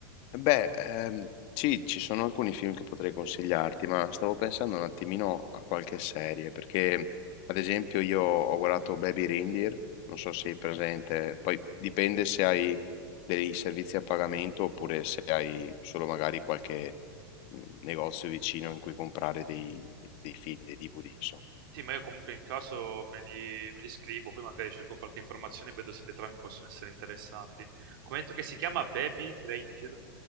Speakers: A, on the left; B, on the right.
A: Beh, ehm, sì, ci sono alcuni film che potrei consigliarti, ma stavo pensando un attimino a qualche serie, perché ad esempio io ho guardato Baby Reindeer, non so se è presente, poi dipende se hai dei servizi a pagamento oppure se hai solo magari qualche mh, negozio vicino in cui comprare dei, dei film, dei DVD, insomma.
B: Sì, ma io comunque in caso me li, me li scrivo, poi magari cerco qualche informazione e vedo se le trame possono essere interessanti. Come hai detto che si chiama Baby Reindeer?